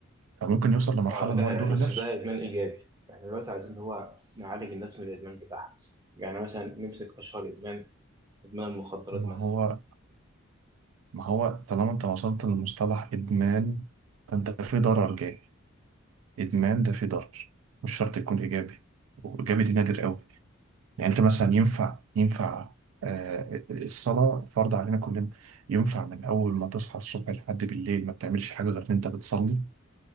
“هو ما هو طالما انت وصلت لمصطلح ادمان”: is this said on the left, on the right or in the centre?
Right